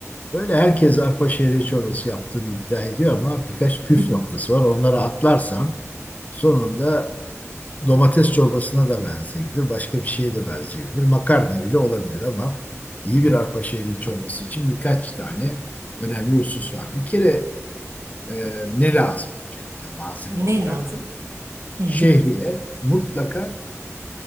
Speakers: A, on the left (about 30°); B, on the right (about 70°).
A: Böyle herkes arpa şehriye çorbası yaptığını iddia ediyor ama birkaç püf
B: <laughs>
A: noktası var. Onları atlarsam sonunda domates çorbasına da benzeyebilir. Başka bir şeye de benzeyebilir. Makarna bile olabilir ama iyi bir arpa şehriye çorbası için birkaç tane önemli husus var. Bir kere e, ne lazım öncelikle malzeme
B: Ne
A: olarak?
B: lazım? Hı.
A: şehriye mutlaka